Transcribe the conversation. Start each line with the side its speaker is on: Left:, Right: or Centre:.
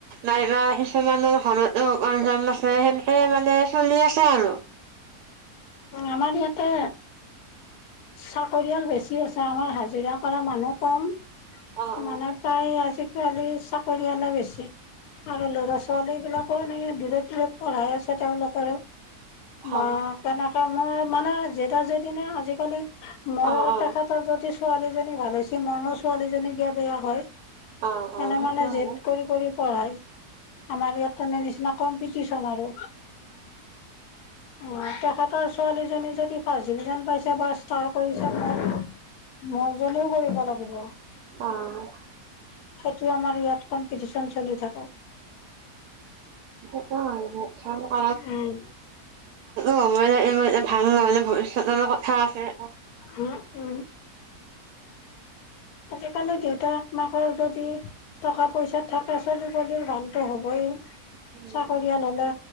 Right: নাইবা কিছুমানৰ ঘৰত উপাৰ্জন আছে সেনেকে মানে চলি আছে আৰু
Left: আমাৰ ইয়াতে চাকৰিয়াল বেছি আছে আমাৰ হাজিৰা কৰা মানুহ কম।
Right: অ', অ',
Left: মানে প্ৰায় আজিকালি চাকৰিয়ালে বেছি। আৰু ল'ৰা ছোৱালী বিলাকো এনেক দূৰত দূৰত পঢ়াই আছে তেওঁলোকেৰে বা
Right: অ',
Left: তেনেকে মই মানে যেদা যেদি নে আজিকালি, মই
Right: অ', অ',
Left: তেখেতৰ যদি ছোৱালীজনী ভাল হৈছে, মই মোৰ ছোৱালীজনী কিয় বেয়া হয়।
Right: ভালতো
Left: মনে মনে জেদ কৰি কৰি পঢ়ায়। আমাৰ ইয়াত তেনে নিচিনা কম্পিটিচন আৰু। উম, তেখেতৰ ছোৱালীজনী যদি ফাৰ্ষ্ট ডিভিজন পাইছে চৰকাৰী চাকৰি মোৰ জনীও কৰিব লাগিব।
Right: অঁ।
Left: তো আমাৰ ইয়াত কম্পিটিচন চলি থাকে।
Right: <unintelligible>
Left: উম
Right: অ' মানে এই ভাল নহ'লে ভৱিষ্যতৰ কথা আছে।
Left: হ, উ আজিকালি দেউতাক মাকৰ যদি টকা পইচাত থাক চলি পলিৰ দামতটো হ'বই
Right: উম,
Left: চাকৰিয়াল হলে